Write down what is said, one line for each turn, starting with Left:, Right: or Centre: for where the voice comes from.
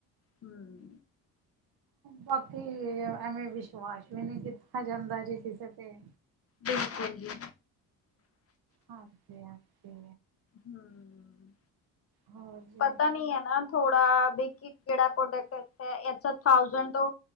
Left: ਹਮ
Right: ਬਾਕੀ ਐਵੇਂ ਵਿਸ਼ਵਾਸ ਵੀ ਨਹੀਂ ਕੀਤਾ ਜਾਂਦਾ ਜੀ ਕਿਸੇ ਤੇ।
Left: ਬਿਲਕੁਲ ਜੀ
Right: ਹਾਂਜੀ ਹਾਂਜੀ
Left: ਹਮ
Right: ਹੋਰ ਜੀ
Left: ਪਤਾ ਨੀ ਹੈ ਨਾ ਥੋੜਾ ਬ ਕਿਹੜਾ ਪ੍ਰੋਡਕਟ ਅੱਛਾ ਹੈ ਥੋਸੰਡ ਤੋਂ